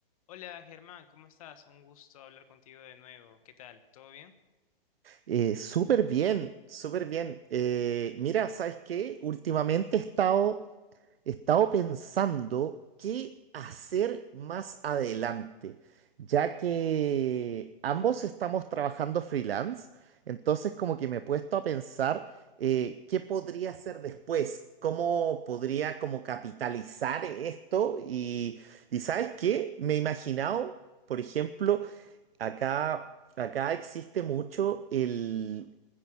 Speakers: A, on the left; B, on the right.
A: Hola Germán, ¿cómo estás? Un gusto hablar contigo de nuevo. ¿Qué tal? ¿Todo bien?
B: Eh, súper bien, súper bien. Eh, mira, ¿sabes qué? Últimamente he estado, he estado pensando qué hacer más adelante, ya que ambos estamos trabajando freelance, entonces como que me he puesto a pensar eh, qué podría hacer después, cómo podría como capitalizar esto y, y ¿sabes qué? Me he imaginado, por ejemplo, acá... Acá existe mucho el